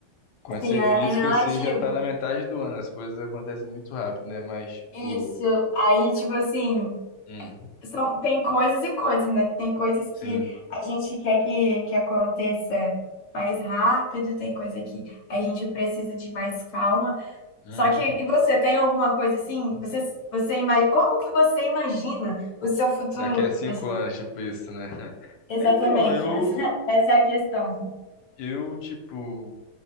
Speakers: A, on the left; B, on the left.
A: Quando você
B: Sim, é,
A: pisca,
B: é relativo.
A: assim, já tá na metade do ano. As coisas acontecem muito rápido, né? Mas, tipo,
B: Isso. Aí, tipo assim,
A: Hum.
B: são, tem coisas e coisas, né? Tem coisas que
A: sim,
B: a gente quer que, que aconteça mais rápido, tem coisa que a gente precisa de mais calma.
A: Uhum.
B: Só que, e você, tem alguma coisa assim? Você, você imagina, como que você imagina o seu futuro?
A: daqui a cinco
B: Acho que-
A: anos, tipo, isso, né? <laughs>
B: Exatamente,
A: Então, eu,
B: essa, <laughs> essa é a questão.
A: eu, tipo,